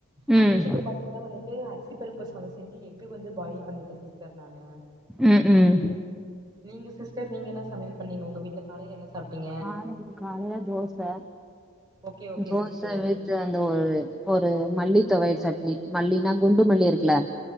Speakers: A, on the right; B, in the centre.
A: மதியத்துக்கு
B: ம்
A: பாத்தீ நா வந்துட்டு அரிசி பருப்பு சாதோ செஞ்சி எக்கு வந்து பாயில் பண்ணீட்ட சிஸ்டர் நானு
B: ம் ம்
A: நீங்க சிஸ்டர் நீங்க என்ன சமையல் பண்ணீங்க உங்க வீட்ல காலைல என்ன சாப்டீங்க
B: நானாடி காலைல dosa
A: okay okay
B: dosa
A: sister
B: வச் அந்த ஒரு ஒரு மல்லி துவையல் சட்னி மல்லினா குண்டு மல்லி இருக்குல